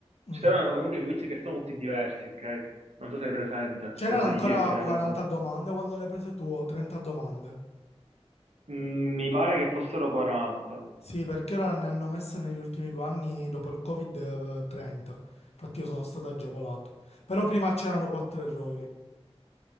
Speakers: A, on the left (about 75°); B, on the right (about 80°).
A: Mm.
B: C'erano comunque i quiz che sono tutti diversi, ok? Non so se hai presente.
A: C'erano
B: Penso
A: ancora
B: di sì, perché l'hai
A: 40
B: fatto.
A: domande quando l'hai prese tu o 30 domande?
B: Mm, mi pare che fossero 40.
A: Sì, perché ora ne hanno messe negli ultimi due anni dopo il Covid-30. Infatti io sono stato agevolato. Però prima c'erano quattro errori.